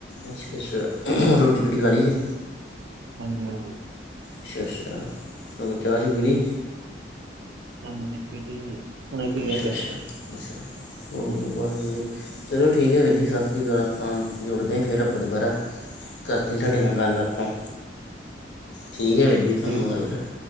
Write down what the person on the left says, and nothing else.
ਅੱਛਾ -ਅੱਛਾ, ਰੋਟੀ-ਰੂਟੀ ਖਾ ਲੀ ਜੇ?
ਅੱਛਾ-ਅੱਛਾ, ਹੋਰ ਚਾਹ-ਚੂਹ ਪੀ ਲਈ?
ਅੱਛਾ-ਅੱਛਾ, ਅੱਛਾ,
ਹੋਰ। ਬਹੁਤ ਵਧੀਆ, ਚਲੋ, ਠੀਕ ਏ ਵੀਰ ਜੀ ਸਤਿ ਸ੍ਰੀ ਅਕਾਲ ਕਾਲ, ਆਪਾਂ ਜੁੜਦੇ ਫਿਰ ਆ ਆਪਾਂ ਦੁਬਾਰਾ। ਕਰਦੇ ਆ, ਤਾਡੇ ਨਾਲ ਗੱਲ ਆਪਾਂ। ਠੀਕ ਐ ਵੀਰ ਜੀ। ਧੰਨਵਾਦ
ਫਿਰ।